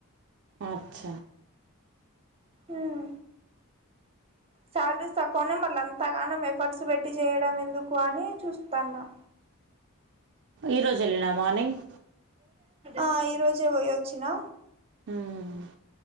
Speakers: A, on the right; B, on the right.
A: అచ్చ
B: మ్మ్ శాలరీస్ తక్కువనే మళ్ళీ అంతగానం ఎఫర్ట్స్ పెట్టి చేయడం ఎందుకు అని చూస్తాన్న
A: ఈరోజు ఎల్లినవ మార్నింగ్
B: ఆ ఈ రోజే పోయొచ్చినా
A: మ్మ్.